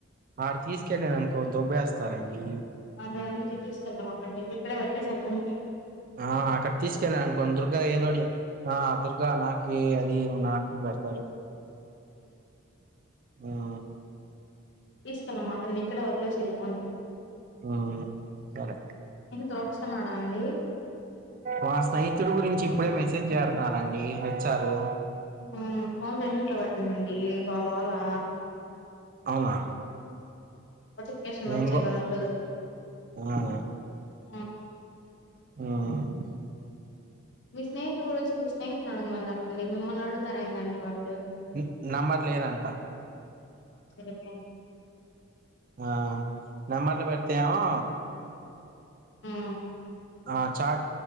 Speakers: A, on the right; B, on the left.
A: ఆడ్ తీస్కెళ్ళననుకో దుబ్బేస్తారండి.
B: అదే అందుకే తీసుకెళ్లమాకండి ఇక్కడె బెట్టెసెలం.
A: ఆ అక్కడ తీసుకెళ్ళనుకో దుర్గా ఏదోడి ఆ దుర్గా నా. ఏ అది నాకు బెడతారు. ఊహ్మ్.
B: తీసుకెళ్ళమాకండి ఇక్కడె వదిలేసెల్లిపొండి.
A: ఆ సరే.
B: తోక్స్తున్నాడా అండి.
A: మా స్నేహితుడు గురించి ఇప్పుడే మెసేజ్ జేరత్నారండి వొచ్చారు.
B: ఊమ్మ్ ఫోన్ సైలెంట్లో బెట్టండండి గోళ గోలా.
A: అవునా.
B: నోటిఫికేషన్లు
A: ఏంగో
B: వచ్చాయిగా రెండు
A: ఆఆ.
B: ఆ
A: ఊమ్మ్.
B: మీ స్నేహితు గురించి మీ స్నేహితులడగమని జెప్పండి మిమ్మల్నడుగుతారెందండి వాళ్ళు.
A: ఊ నెంబర్ లేదంట.
B: సరిపోయింది
A: ఆ నంబర్లు బెడితేమొ.
B: ఉమ్
A: ఆ చాట్